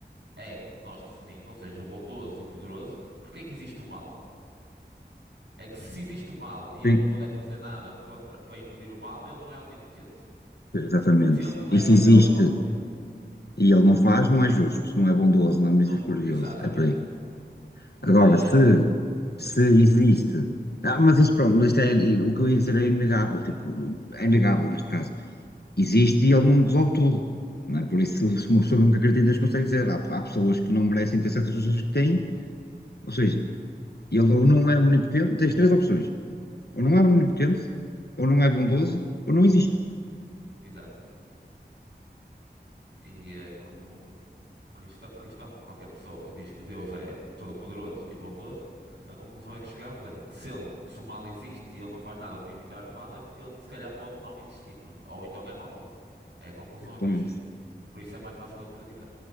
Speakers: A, on the right; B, on the left.
A: é como nós definimos, ou seja, bondoso e poderoso, porque é que existe o mal? É que se existe o mal e
B: sim,
A: ele não puder fazer nada contra para impedir o mal, ele não é omnipotente.
B: exatamente.
A: Se ele puder
B: E se
A: fazer
B: existe
A: alguma coisa,
B: e ele não faz, não é justo, não é bondoso, não é misericordioso,
A: não, exatamente.
B: é por aí. Agora,
A: Ah,
B: se se existe. Não, mas isto, pronto, mas isto é, o que eu ia dizer é inegável, tipo, é inegável neste caso. Existe e ele não resolve tudo, não é? Por isso, se uma pessoa mesmo que acredita, eles conseguem dizer, há, há pessoas que não merecem ter certas coisas que têm, ou seja, ele ou não é onipotente, tens três opções, ou não é onipotente, ou não é bondoso, ou não existe,
A: exato. E eh, como O cristão, o cristão, qualquer pessoa que diz que Deus é todo-poderoso e bondoso, a conclusão é que chegamos é que se, ele, se o mal existe e ele não faz nada para evitar o mal, é porque ele se calhar pode não existir, não é? Ou então é maldoso. É a conclusão
B: pelo
A: a que eu chego.
B: menos.
A: Por isso é mais fácil acreditar.